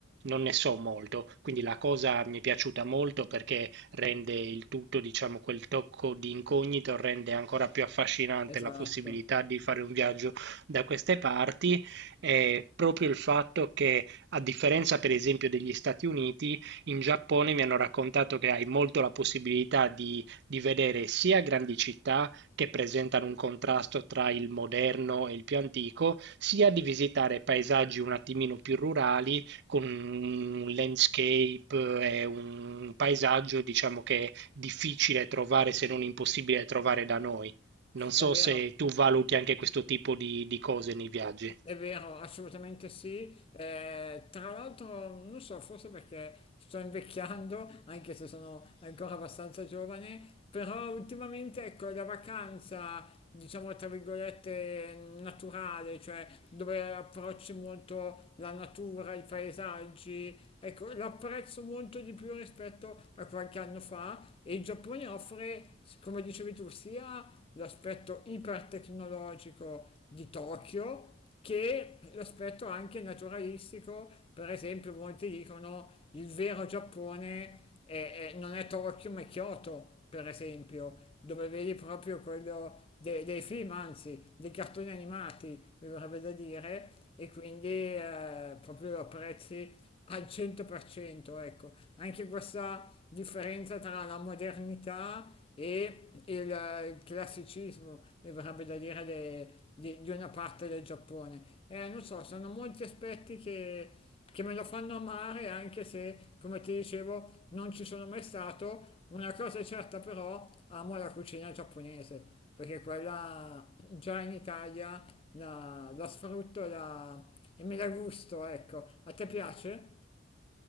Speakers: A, on the right; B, on the left.
A: non ne so molto, quindi la cosa mi è piaciuta molto perché rende il tutto, diciamo, quel tocco di incognito, rende ancora più affascinante
B: Esatto,
A: la possibilità di fare un viaggio da queste parti e proprio il fatto che, a differenza per esempio degli Stati Uniti, in Giappone mi hanno raccontato che hai molto la possibilità di di vedere sia grandi città che presentano un contrasto tra il moderno e il più antico, sia di visitare paesaggi un attimino più rurali con un landscape e un paesaggio, diciamo che è difficile trovare, se non impossibile trovare da noi. Non so
B: è vero.
A: se tu valuti anche questo tipo di, di cose nei viaggi.
B: È vero, assolutamente sì. Eh, tra l'altro, non so, forse perché sto invecchiando, anche se sono ancora abbastanza giovane, però ultimamente, ecco, la vacanza, diciamo, tra virgolette, naturale, cioè dove approcci molto la natura, i paesaggi, ecco, l'apprezzo molto di più rispetto a qualche anno fa e il Giappone offre, come dicevi tu, sia l'aspetto ipertecnologico di Tokyo, che l'aspetto anche naturalistico, per esempio molti dicono il vero Giappone è- è- non è Tokyo ma è Kyoto, per esempio, dove vedi proprio quello de- dei film, anzi dei cartoni animati, mi verrebbe da dire, e quindi eh, proprio lo apprezzi al 100%, ecco, anche questa differenza tra la modernità e il, eh, il classicismo, mi verrebbe da dire, de- di, di una parte del Giappone. Eh, non so, sono molti aspetti che, che me lo fanno amare, anche se, come ti dicevo, non ci sono mai stato. Una cosa è certa però, amo la cucina giapponese, perché quella già in Italia la, la sfrutto la- e me la gusto, ecco. A te piace?